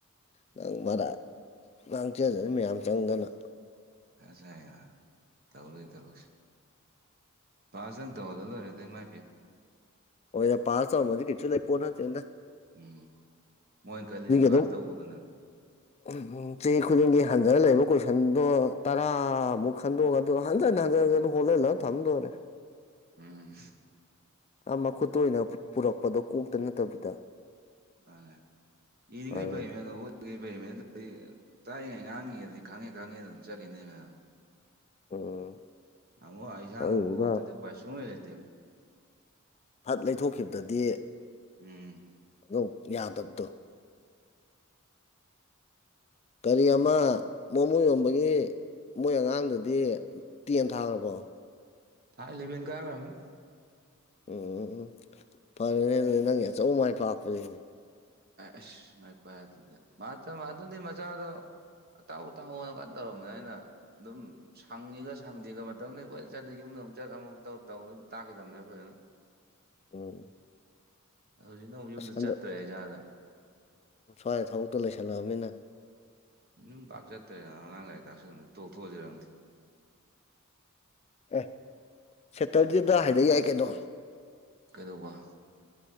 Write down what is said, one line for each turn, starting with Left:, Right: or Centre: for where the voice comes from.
Left: ꯅꯪ ꯃꯔꯥ ꯉꯥꯡꯊꯦꯗꯅ ꯃꯌꯥꯝ ꯆꯪꯗꯅ
Right: ꯑꯁ ꯍꯥꯏꯅ ꯇꯧꯔꯣꯏ ꯊꯕꯛꯁꯦ ꯍ ꯁꯪ ꯇ ꯍꯗꯣꯔꯦ ꯇ ꯃꯥ
Left: ꯑꯣꯅ ꯄꯜ ꯆꯥꯎꯗꯤ ꯀꯁꯨꯨ ꯂꯩ ꯄꯣꯅꯠꯇꯦ
Right: ꯎꯝ ꯃꯣꯏꯅ ꯈꯜꯂꯤꯁꯦ ꯄꯥꯁ
Left: ꯑꯗꯨꯝ
Right: ꯇꯧꯕꯗꯨꯅ
Left: <unintelligible> ꯆꯍꯤ ꯈꯨꯗꯤꯡꯒꯤ ꯍꯟꯖꯅ ꯂꯩꯕ ꯀꯣꯏꯁꯟꯗꯣ ꯇꯔꯥꯃꯨꯛ ꯈꯟꯗꯣꯛꯑꯒ ꯑꯗꯨ ꯍꯟꯖꯟ ꯍꯟꯖꯤꯟ ꯍꯟꯖꯟ ꯍꯣꯜꯍꯜꯂꯒ ꯊꯝꯗ ꯑꯣꯏꯔꯦ
Right: ꯎꯝ
Left: ꯑ ꯃꯈꯨꯠꯇ ꯑꯣꯏꯅ ꯄꯨꯔꯛꯄꯗꯣ ꯀꯣꯛꯇ ꯅꯠꯇꯕꯤꯗ
Right: ꯑꯅꯦ ꯏꯗꯤꯉ
Left: ꯑꯗꯨꯅꯤ
Right: ꯏ ꯄ ꯑꯗꯨ ꯦꯃꯦꯟ ꯑꯗꯨꯗꯤ ꯇꯥꯛꯏꯉꯩ ꯉꯥꯡꯉꯤꯉꯩꯗꯤ ꯈꯪꯉꯦ ꯈꯪꯉꯦꯅ ꯑꯗꯨꯝ ꯆꯠꯈꯤꯅꯦ ꯃꯦꯝ
Left: ꯎꯝ
Right: ꯑꯃ ꯑꯩꯁꯅ
Left: ꯑꯗꯨꯗꯨꯒ
Right: ꯑꯃꯛꯣꯦ ꯄꯩꯁꯁꯨꯨ ꯂꯩꯇꯨ
Left: ꯐꯠ ꯂꯩꯊꯣꯛꯈꯤꯕꯗꯗꯤ
Right: ꯎꯝ
Left: ꯇꯣꯞ ꯌꯥ ꯑꯗꯕꯗ ꯀꯔꯤ ꯑꯃ ꯃꯣꯃꯨ ꯌꯣꯟꯕꯒꯤ ꯃꯣꯏ ꯑꯉꯥꯡꯗꯨꯗꯤ ꯇꯤ ꯑꯃ ꯊꯥꯈ꯭ꯔꯕꯣ
Right: ꯊꯥ ꯏꯂꯚꯕꯦꯟ ꯀꯌꯥ ꯑꯣꯏ꯭ꯔꯝꯃꯤ
Left: ꯎꯝ ꯎꯝ ꯎꯝ ꯐꯔꯦꯅꯦ ꯑꯗꯨꯗꯤ ꯅꯪꯒꯤ ꯑꯆꯧ ꯃꯥꯏ ꯄꯥꯛꯄꯔꯤꯁꯤꯅꯦ
Right: ꯑꯁꯨ ꯃꯥꯏ ꯄꯥꯏ ꯑꯗꯨꯗꯤ ꯃꯥ ꯑꯗꯨꯗꯤ ꯃꯆꯥꯗꯣ ꯑꯇꯥꯎ ꯑꯇꯥꯎ ꯀꯥꯟ ꯇꯧꯔꯕꯅ ꯑꯩꯅ ꯑꯗꯨꯝ ꯁꯪꯉꯤꯒ ꯁꯪꯗꯦꯒ ꯃꯇꯝꯗ ꯀꯣꯏꯅ ꯆꯠꯗ ꯌꯨꯝꯗ ꯑꯃꯨꯛ ꯆꯠ ꯑꯃꯨꯛꯧ ꯇꯧ ꯇꯥꯈꯤꯗꯕꯅꯦꯕ ꯐꯖꯅ
Left: ꯎꯝ
Right: ꯍꯧꯖꯤꯛꯅ ꯑꯃꯨꯛ ꯌꯨꯝꯗ
Left: ꯑꯁ ꯍꯟꯗꯛ
Right: ꯆꯠꯇ꯭ꯔꯦ ꯖꯥꯗ
Left: ꯁ꯭ꯋꯥꯏꯗ ꯊꯕꯛꯇꯣ ꯂꯩꯁꯜꯂꯛꯑꯕꯅꯤꯅ
Right: ꯅꯝ ꯄꯥꯛ ꯆꯠꯔꯦ ꯑꯉꯥꯡ ꯂꯦꯁ ꯇꯣꯛꯊꯣꯔꯣ
Left: ꯑꯦ ꯁꯦꯇꯔꯗꯦꯗ ꯍꯥꯏꯗ ꯌꯥꯏ ꯀꯩꯅꯣ
Right: ꯀꯩꯗꯧꯕ